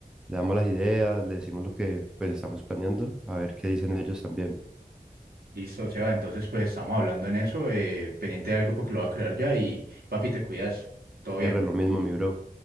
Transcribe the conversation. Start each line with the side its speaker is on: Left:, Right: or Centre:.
Centre: Le damos las ideas, le decimos lo que pues estamos planeando, a ver qué dicen ellos también.
Right: Listo, o sea, entonces pues estamos hablando en eso, eh, pendiente del grupo que lo va a crear ya y papi, te cuidas, todo bien.
Centre: R, lo mismo, mi bro.